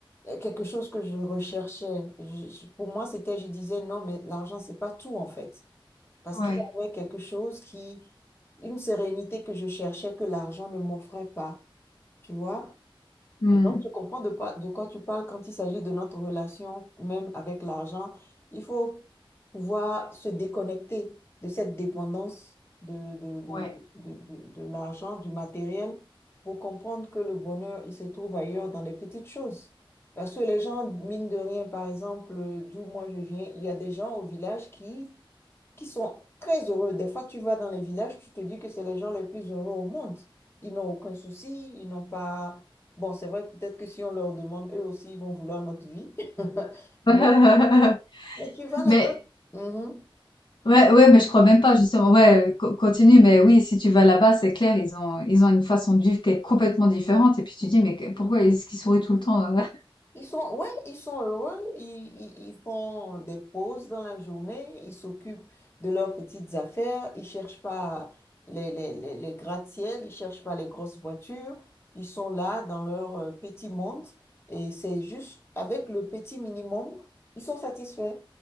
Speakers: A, on the left (about 25°); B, on the left (about 60°).
A: euh, quelque chose que je recherchais. Je- je- pour moi, c'était, je disais, non, mais l'argent, c'est pas tout, en fait. Parce
B: ouais,
A: qu'il y avait quelque chose qui, une sérénité que je cherchais que l'argent ne m'offrait pas, tu vois?
B: Hmm.
A: Et donc, je comprends de, pas- de quoi tu parles quand il s'agit de notre relation même avec l'argent. Il faut pouvoir se déconnecter de cette dépendance de, de, de,
B: ouais.
A: de, de- de l'argent, du matériel, pour comprendre que le bonheur, il se trouve ailleurs dans les petites choses. Parce que les gens, mine de rien, par exemple, d'où moi je viens, il y a des gens au village qui qui sont très heureux. Des fois, tu vas dans les villages, tu te dis que c'est les gens les plus heureux au monde. Ils n'ont aucun souci, ils n'ont pas... Bon, c'est vrai, peut-être que si on leur demande, eux aussi, ils vont vouloir notre vie. <laughs>
B: <laughs>
A: Mais, mais tu vas là-bas.
B: Mais
A: Mhm.
B: Ouais, ouais, mais je crois même pas, justement. Ouais, euh, co- continue, mais oui, si tu vas là-bas, c'est clair, ils ont, ils ont une façon de vivre qui est complètement différente. Et puis tu dis, mais que- pourquoi est-ce qu'ils sourient tout le temps? euh <laughs>
A: Ils sont, ouais, ils sont heureux, ils, ils- ils font des pauses dans la journée, ils s'occupent de leurs petites affaires, ils cherchent pas les, les, les, les gratte-ciels, ils cherchent pas les grosses voitures, ils sont là dans leur euh, petit monde et c'est juste avec le petit minimum, ils sont satisfaits.